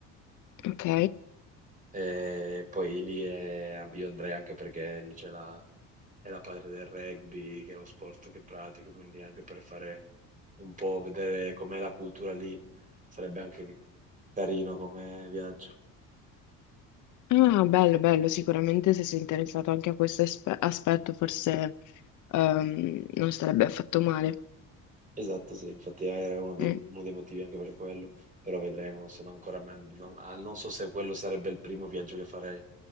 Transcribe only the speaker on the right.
E poi lì è- io andrei anche perché lì c'è la, è la patria del rugby, che è lo sport che pratico, quindi anche per fare un po', vedere com'è la cultura lì, sarebbe anche carino come viaggio.
Esatto, sì, infatti era uno dei,
uno dei motivi anche per quello, però vedremo, non sono ancora, man- non, ah, non so se quello sarebbe il primo viaggio che farei.